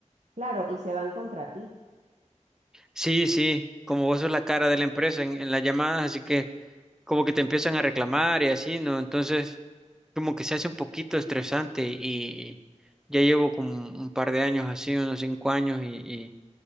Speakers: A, on the right; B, in the centre.
A: claro, y se van contra ti.
B: Sí, sí, como vos sos la cara de la empresa en, en las llamadas, así que como que te empiezan a reclamar y así, ¿no? Entonces, como que se hace un poquito estresante y ya llevo como un par de años así, unos cinco años y,